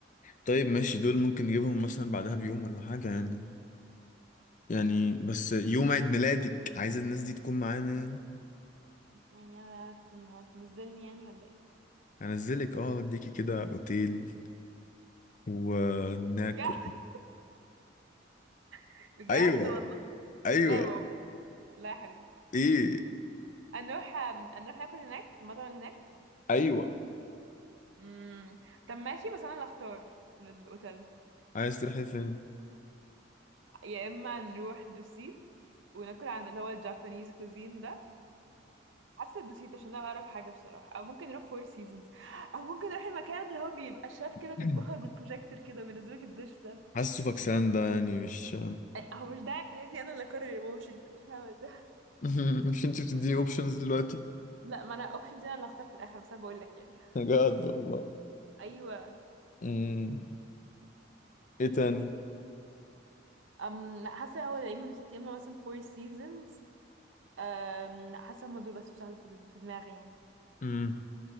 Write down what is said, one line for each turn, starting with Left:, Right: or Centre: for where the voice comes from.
Left: طيب ماشي دول ممكن نجيبهم مثلا بعدها بيوم ولا حاجة يعني يعني بس يوم
Right: مم.
Left: عيد ميلادك عايز الناس دي تكون معانا يعني
Right: يعني هت- هتنزلني يعني ولا ايه
Left: هنزلك اه اوديكي كده اوتيل وناكل
Right: بجد <laughs> بجد
Left: ايوه
Right: والله
Left: ايوه
Right: لا يا بابا لا يا حبيبي
Left: ايه
Right: هنروح هنروح ناكل هناك في المطعم اللي هناك
Left: ايوه
Right: مم. طب ماشي بس انا اللي اختار ال- الاوتيل
Left: عايز تروحي فين
Right: يا اما نروح دوسيت وناكل عند اللي هو الجابانيز كوزين ده حاسه دوسيت عشان ده اقرب حاجه بصراحه او ممكن نروح فور سيزونز او ممكن نروح المكان اللي هو بيبقى الشاف كده بيطبخ
Left: <clears throat>
Right: لك بالبروجيكتور كده بينزل لك الدش ده
Left: حاسه فاكسان ده يعني مش
Right: أه، هو مش داعي من نادي انا اللي اقرر يا ماما مش انت الهبل ده
Left: <laughs> مش انت بتديني اوبشنز دلوقتي
Right: لا ما انا اوبشنز انا اللي هختار في الاخر بس انا بقول لك يعني
Left: بجد والله
Right: ايوه
Left: امم ايه تاني
Right: ام لا حاسه هو يا اما دوسيت يا اما مثلا فور سيزونز أم، حاسه هما دول بس بسهل في في دماغي يعني
Left: امم